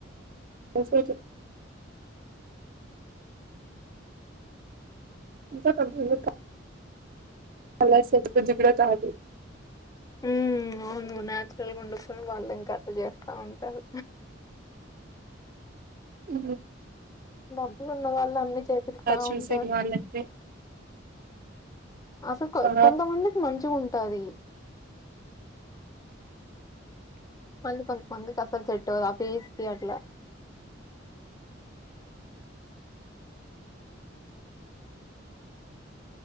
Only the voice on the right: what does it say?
మసాజు ఇంకొక <unintelligible> అలా సడబుద్ది కూడ కాదు
ఊ
చూసేది
వాళ్ళైతే
ఆ